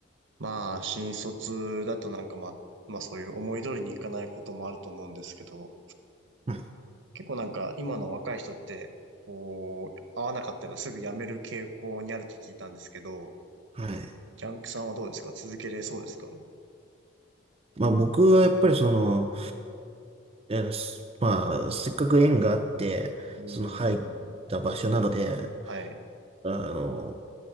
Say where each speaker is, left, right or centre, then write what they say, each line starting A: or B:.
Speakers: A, on the right; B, on the right.
A: まあ、新卒だとなんかまあ、まあそういう思い通りにいかないこともあると思うんですけど、
B: うん。
A: 結構なんか今の若い人って、こう、合わなかったらすぐ辞める傾向にあるって聞いたんですけど、
B: はい。
A: ジャンクさんはどうですか続けれそうですか
B: まあ僕はやっぱりその、いやすまあせっかく縁があって、
A: うーん。
B: その入った場所なので、
A: はい。
B: あの、